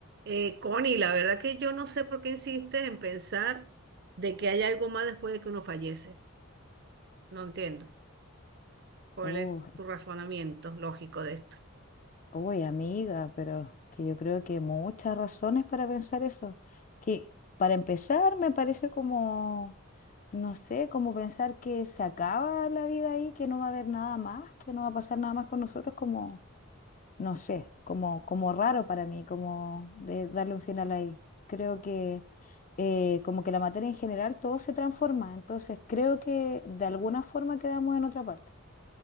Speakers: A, on the right; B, on the left.
A: Eh, Connie, la verdad que yo no sé por qué insistes en pensar de que hay algo más después de que uno fallece. No entiendo cuál
B: Oh,
A: es tu razonamiento lógico de esto.
B: uy, amiga, pero que yo creo que muchas razones para pensar eso. Que para empezar me parece como, no sé, como pensar que se acaba la vida ahí, que no va a haber nada más, que no va a pasar nada más con nosotros, como, no sé, como, como raro para mí, como de darle un final ahí. Creo que eh, como que la materia en general todo se transforma, entonces creo que de alguna forma quedamos en otra parte.